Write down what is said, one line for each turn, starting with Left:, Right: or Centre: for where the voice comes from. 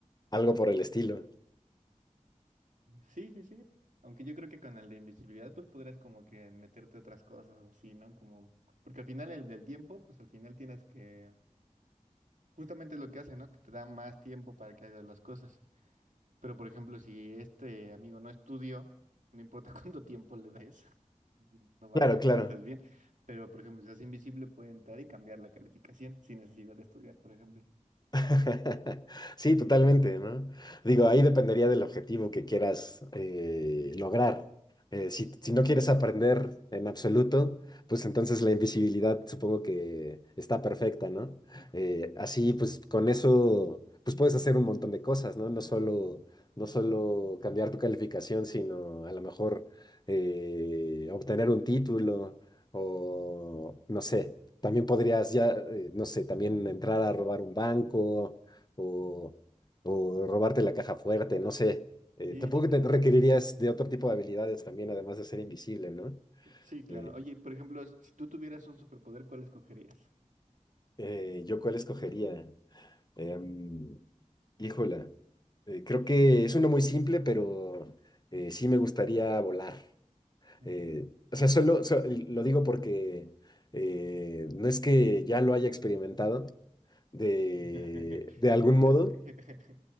Left: algo por el estilo.
Right: Sí, sí, sí. Aunque yo creo que con el de invisibilidad, pues podrías como que meterte otras cosas o así, ¿no? Como, porque al final el del tiempo, pues al final tienes que, justamente es lo que hace, ¿no? Que te da más tiempo para que hagas las cosas. Pero por ejemplo, si este amigo no estudió, no importa <laughs> cuánto tiempo le des, no va
Left: Claro,
Right: a hacer las
Left: claro.
Right: cosas bien. Pero por ejemplo, si se hace invisible, puede entrar y cambiar la calificación sin necesidad de estudiar, por ejemplo.
Left: <laughs> Sí, totalmente, ¿no? Digo, ahí dependería del objetivo que quieras eh, lograr. Eh, si, si no quieres aprender en absoluto, pues entonces la invisibilidad supongo que está perfecta, ¿no?
Right: <laughs>
Left: Eh, así, pues con eso, pues puedes hacer un montón de cosas, ¿no? No solo, no solo cambiar tu calificación, sino a lo mejor eh, obtener un título o, no sé, también podrías ya, eh, no sé, también entrar a robar un banco o, o robarte la caja fuerte, no sé. Eh,
Right: Sí,
Left: tampoco
Right: sí, claro.
Left: te requerirías de otro tipo de habilidades también, además de ser invisible, ¿no?
Right: Sí, claro.
Left: Eh,
Right: Oye, por ejemplo, si tú tuvieras un superpoder, ¿cuál escogerías?
Left: eh, ¿yo cuál escogería? Em, híjola, eh, creo que es uno muy simple, pero eh, sí me gustaría volar.
Right: Mm.
Left: Eh, o sea, solo, so- lo digo porque eh, no es que ya lo haya experimentado de,
Right: <laughs>
Left: de
Right: Sí,
Left: algún modo,
Right: ya. <laughs>